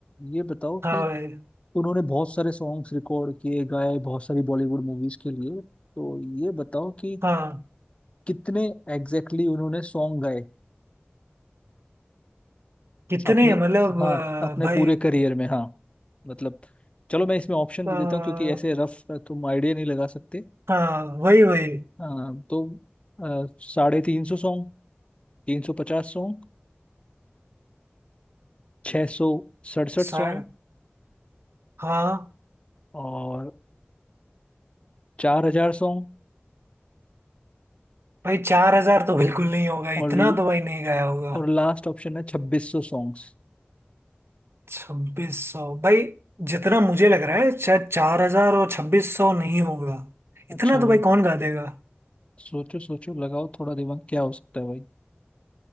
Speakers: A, on the left; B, on the right.
A: ये बताओ
B: हाँ
A: कि
B: भाई
A: उन्होंने बहुत सारे सॉन्ग्स रिकॉर्ड किए गाए बहुत सारी बॉलीवुड मूवीज के लिए तो ये बताओ कि
B: हाँ
A: कितने एग्जैक्टली exactly उन्होंने सॉन्ग गाए
B: कितने
A: अपने
B: मतलब
A: हाँ अपने
B: अ,
A: पूरे करियर में हाँ मतलब चलो मैं इसमें ऑप्शन
B: भाई
A: दे देता हूँ क्योंकि ऐसे रफ तुम आइडिया नहीं लगा सकते
B: हाँ वही वही
A: अ, तो अ, साढ़े तीन सौ सॉन्ग तीन सौ पचास सॉन्ग छः सौ सड़सठ
B: सर
A: सॉन्ग
B: हाँ
A: और चार हजार सॉन्ग
B: भाई चार हजार तो बिल्कुल नहीं होगा
A: और
B: इतना तो भाई नहीं गया होगा
A: और लास्ट ऑप्शन है छब्बीस सौ सॉन्ग्स
B: छब्बीस सौ भाई जितना मुझे लग रहा है शायद चार हजार और छब्बीस सौ नहीं होगा
A: अच्छा
B: इतना तो
A: भाई
B: भाई कौन गा देगा
A: सोचो सोचो लगाओ थोड़ा दिमाग क्या हो सकता है भाई